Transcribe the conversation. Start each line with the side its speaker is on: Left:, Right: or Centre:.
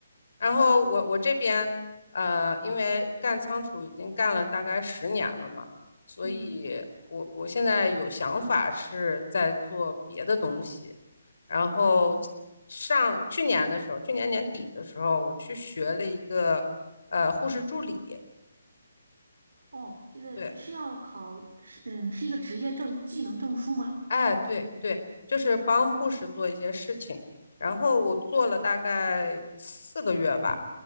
Left: 然后我我这边呃，因为干仓储已经干了大概十年了嘛，所以我我现在有想法是在做别的东西。
Right: 嗯
Left: 然后
Right: 嗯，
Left: 上去年的时候，去年年底的时候，我去学了一个呃护士助理，
Right: 哦，因为是要考是嗯是一个职业证技能证书吗？
Left: 对，哎，对对，
Right: 嗯
Left: 就是帮护士做一些事情。然后我做了大概四个月吧。